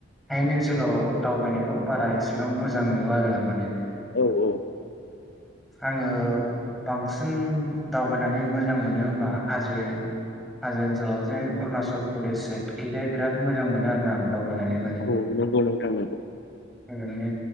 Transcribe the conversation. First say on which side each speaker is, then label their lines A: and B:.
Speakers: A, in the centre; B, on the left.
A: आंनि ओनसोलाव दावबायनायखौ बारा एसेबां मोजां नुवा आरो आं माने।
B: औ औ।
A: आङो बांसिन जों दावबायनानै मोजां मोनो होमबा हाजो। हनस जेन अरुणाचल प्रदेश साइदखिजाय बिराद मोजां मोनो आरो आं दावबायनानै।
B: औ नगल थौ।
A: बिओ।